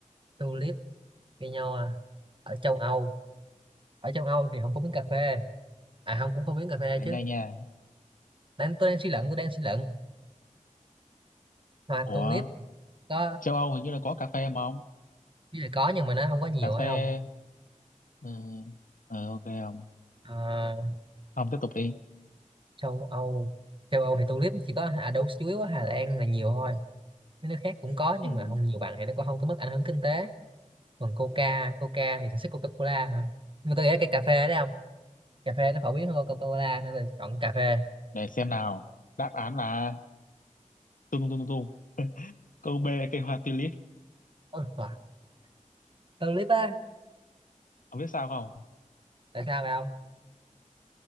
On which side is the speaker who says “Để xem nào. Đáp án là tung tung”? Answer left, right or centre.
Left